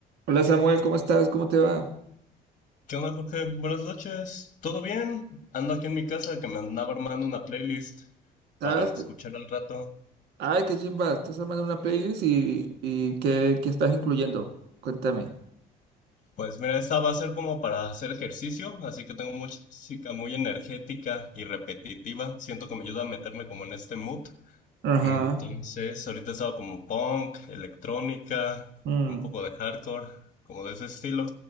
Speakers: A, on the right; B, on the left.
A: Hola Samuel, ¿cómo estás? ¿Cómo te va?
B: ¿Qué onda, Jorge? Buenas noches. ¿Todo bien? Ando aquí en mi casa que me andaba armando una playlist
A: ¿Sabes?
B: para escuchar
A: Te-
B: al rato.
A: Ay, qué chimba, estás armando una playlist y, y ¿qué, qué estás incluyendo? Cuéntame.
B: Pues mira, esta va a ser como para hacer ejercicio, así que tengo música muy energética y repetitiva. Siento que me ayuda a meterme como en este mood.
A: Ajá.
B: Entonces, ahorita estaba como punk, electrónica,
A: mm.
B: un poco de hardcore, como de ese estilo.